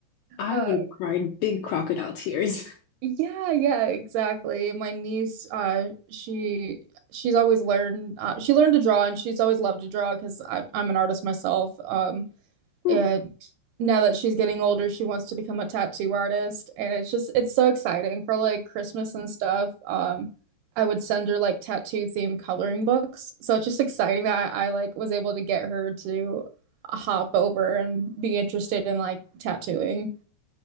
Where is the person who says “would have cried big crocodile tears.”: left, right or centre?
Left